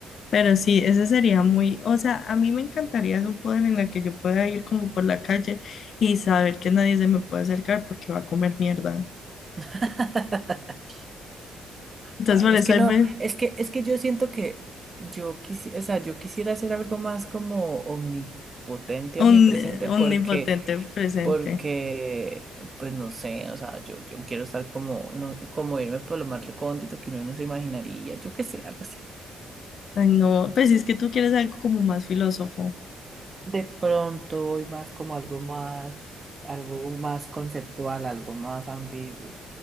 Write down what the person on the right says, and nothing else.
<laughs>
Ay,
es
que
no,
es que, es que yo siento que yo quisiera, o sea, yo quisiera hacer algo más como omnipotente,
omnipresente,
porque,
porque, pues no sé, o sea, yo, yo quiero estar como, no, como irme por lo más recóndito que uno no se imaginaría, yo qué sé, algo así.
De pronto voy más como algo más, algo más conceptual, algo más ambiguo.